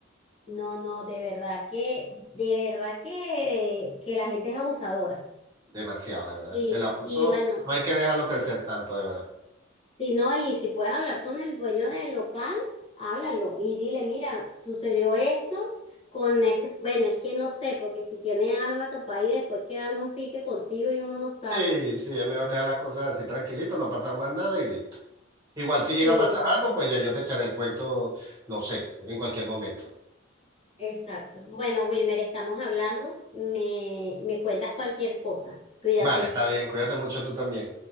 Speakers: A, on the left; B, on the right.
A: no, no, de verdad que, de verdad que, que la gente es abusadora.
B: demasiado, de verdad.
A: Y,
B: El abuso
A: y bueno,
B: no hay que dejarlo
A: sí.
B: crecer tanto, de verdad.
A: Si no, y si puedes hablar con el dueño del local, háblalo y dile, mira, sucedió esto con este, bueno, es que no sé, porque si tiene arma capaz y después quedan un pique contigo y uno no sabe.
B: Sí, sí, es mejor dejar las cosas así tranquilito, no ha pasado más nada y listo. Igual si llega
A: Sí,
B: a pasar algo, pues ya yo te echaré el cuento, no sé, en cualquier momento.
A: exacto. Bueno, Wilmer, estamos hablando, me, me cuentas cualquier cosa. Cuídate.
B: Vale, está bien, cuídate mucho tú también.